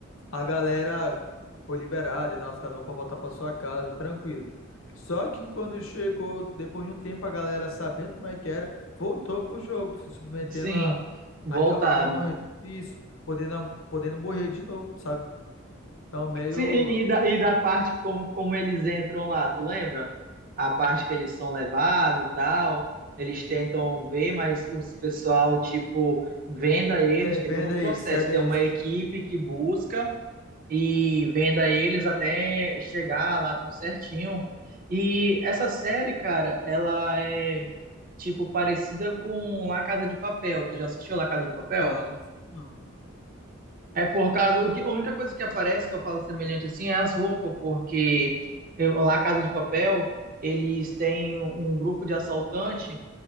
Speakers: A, on the left (about 70°); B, on the right (about 45°).
A: A galera foi liberada e tal, cada um pra voltar pra sua casa, tranquilo. Só que quando chegou, depois de um tempo, a galera, sabendo como é que era, voltou pro jogo, se submetendo
B: Sim,
A: a,
B: voltaram.
A: a, a podendo morrer. Isso, podendo, a- podendo morrer de novo, sabe? Então, meio.
B: Sim, e, e da, e da parte como, como eles entram lá, tu lembra? A parte que eles são levados, tal, eles tentam ver, mas os pessoal, tipo, venda eles,
A: é,
B: tem
A: Venda
B: todo um processo.
A: eles, cede
B: Tem
A: eles,
B: uma equipe
A: sim.
B: que busca e venda eles até chegar lá tudo certinho. E essa série, cara, ela é, tipo, parecida com La Casa de Papel. Tu já assistiu La Casa de Papel?
A: Não, não. não,
B: É por causa, o que, a única coisa que aparece que eu falo semelhante assim é as roupas,
A: sim.
B: porque eu- lá Casa de Papel, eles têm um grupo de assaltante